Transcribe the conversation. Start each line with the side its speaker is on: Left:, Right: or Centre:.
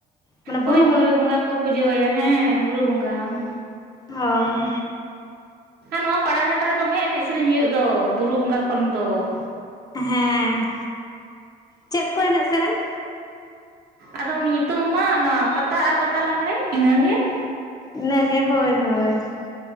Left: ᱢᱟᱱᱮ ᱵᱩᱨᱩ
Right: ᱦᱳᱭ ᱦᱳᱭ, ᱵᱚᱸᱜᱟ ᱠᱚ, ᱯᱩᱡᱟᱹ ᱟᱭᱟ, ᱦᱮᱸ! ᱵᱩᱨᱩ ᱵᱚᱸᱜᱟ ᱾
Left: ᱦᱚᱻ ᱾
Right: ᱱᱚᱣᱟ ᱯᱟᱲᱟᱜᱷᱟᱴ ᱨᱮ, ᱫᱚᱢᱮ ᱮᱱᱮᱡ ᱥᱮᱨᱮᱧ ᱦᱩᱭᱩᱜ ᱫᱚ, ᱵᱩᱨᱩ ᱵᱚᱸᱜᱟ ᱠᱷᱚᱱ ᱫᱚ ᱾
Left: ᱦᱮᱸᱻ, ᱪᱮᱫ ᱠᱚ, ᱮᱱᱮᱡ ᱥᱮᱨᱮᱧ?
Right: ᱟᱫᱚ, ᱱᱤᱛᱳᱝ ᱢᱟ, ᱱᱚᱣᱟ ᱯᱟᱛᱟ ᱟᱨ ᱯᱟᱛᱟ ᱞᱟᱸᱜᱽᱲᱮ ᱾ ᱤᱱᱟᱹ ᱜᱮ ᱾
Left: ᱤᱱᱟᱹ ᱜᱮ, ᱦᱳᱭ ᱦᱳᱭ ᱾